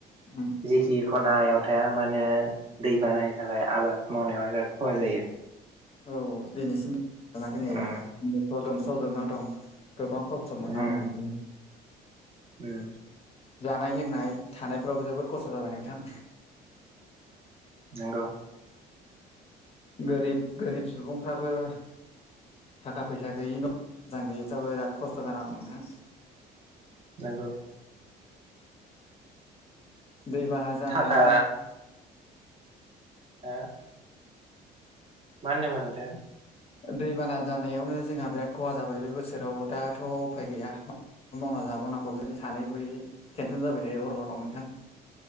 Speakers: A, on the left (about 35°); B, on the right (about 35°).
A: उम।
B: जिखि खनायाव थाया माने दैबानानि थाखाय आबाद मावनायाव बिराद खहा जायो।
A: औ दिनैसिम रानाखै नै
B: उम
A: नं स लोमसाव जोबनानै दं। गोबां खस्थ' मोनना
B: उम
A: दं बिदिनो
B: उम।
A: जानाय लोंनाय थानायफ्रावबो जोबोद खस्थ' जाबाय नोंथां।
B: नंगौ।
A: गोरिब गोरिब सुबुंफ्राबो थाखा फैसा गैयि न' मोजां गैयैफ्राबो बिराद खस्थ' जानानानै दं नोंथां।
B: नोंगौ।
A: दैबाना जानायाव
B: थाखा हा मा होनदोंमोन नोंथाङा?
A: दैबाना जानायावनो जोंहा बिराद खहा जाबाय बे बोसोराव दाथ' उफाय गैया। ओ मावना जाबावोनांगौ बेफोरनि सानै हयै टेनसन जाबाय थायो हर' हराव नोंथां।